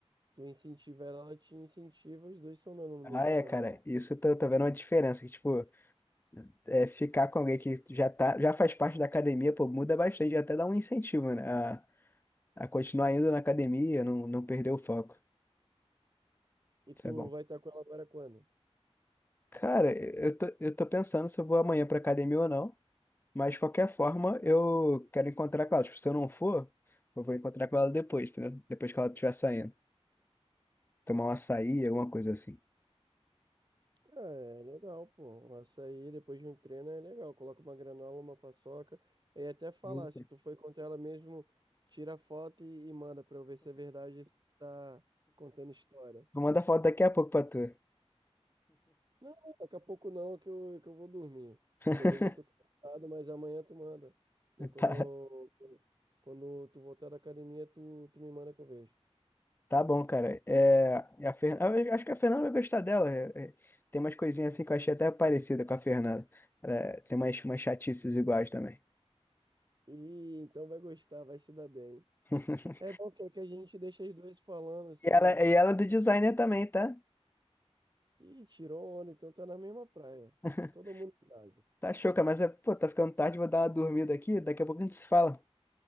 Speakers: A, on the right (about 40°); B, on the left (about 20°).
A: Tu incentiva ela, ela te incentiva, os dois são andando no
B: Ah,
A: mesmo
B: é,
A: caminho.
B: cara, isso eu tô, tô vendo uma diferença, que, tipo, é, ficar com alguém que já tá, já faz parte da academia, pô, muda bastante, até dá um incentivo, né? A, a continuar indo na academia, não, não perder o foco.
A: E
B: Isso
A: tu
B: é bom.
A: vai estar com ela agora quando?
B: Cara, eu eu tô, eu tô pensando se eu vou amanhã pra academia ou não, mas de qualquer forma eu quero encontrar com ela. Tipo, se eu não for, eu vou encontrar com ela depois, entendeu? Depois que ela estiver saindo. Tomar um açaí, alguma coisa assim.
A: Ah, é legal, pô. Um açaí depois de um treino é legal. Coloca uma granola, uma paçoca. E até falar,
B: Eita.
A: se tu foi contra ela mesmo, tira a foto e, e manda pra eu ver se é verdade que tá contando história.
B: Vou mandar foto daqui a pouco pra tu.
A: Não, daqui a pouco não, que eu, que eu vou dormir.
B: <laughs>
A: Eu dormir já tô cansado, mas amanhã tu manda. Daí quando
B: Tá.
A: eu, quando tu voltar da academia, tu, tu me manda que eu vejo.
B: Tá bom, cara. É, a Fer... Eu acho que a Fernanda vai gostar dela. É, é, Tem umas coisinhas assim que eu achei até parecida com a Fernanda. É, Tem umas, umas chatices iguais também.
A: E então vai gostar, vai se dar bem.
B: <laughs>
A: É bom que, que a gente deixa as duas falando. Se,
B: E ela, e
A: se...
B: ela é do designer também, tá?
A: Ih, tirou onda, então tá na mesma praia.
B: <laughs>
A: Todo mundo em casa.
B: Tá choca, mas é, pô, tá ficando tarde, vou dar uma dormida aqui. Daqui a pouco a gente se fala.